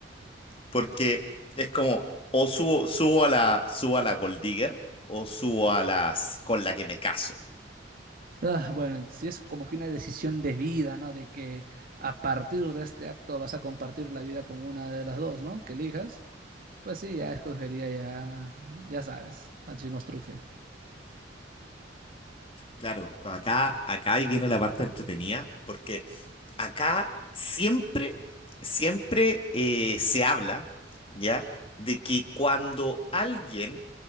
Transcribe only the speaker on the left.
porque es como o subo, subo a la, subo a la Gold Digger o subo a las con la que me caso.
Claro, pues acá, acá ahí viene la parte entretenida, porque acá siempre, siempre eh, se habla, ¿ya? De que cuando alguien